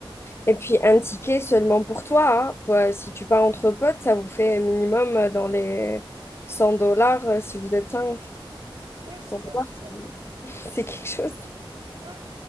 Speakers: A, on the left; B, on the right.
A: Et puis un ticket seulement pour toi, hein. Toi, si tu pars entre potes, ça vous fait minimum euh, dans les 100 dollars euh, si vous êtes 5.
B: Ouais, c'est
A: 100
B: ça,
A: dollars,
B: c'est ça.
A: c'est <laughs> c'est quelque chose.
B: Ouais.